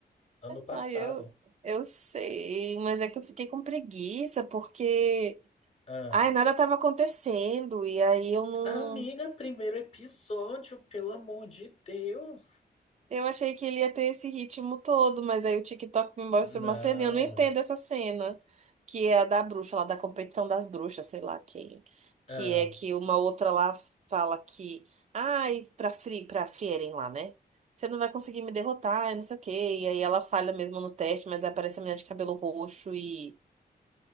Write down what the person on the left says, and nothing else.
Ano passado.
Ah.
Amiga, primeiro episódio, pelo amor de Deus.
Não.
Ah.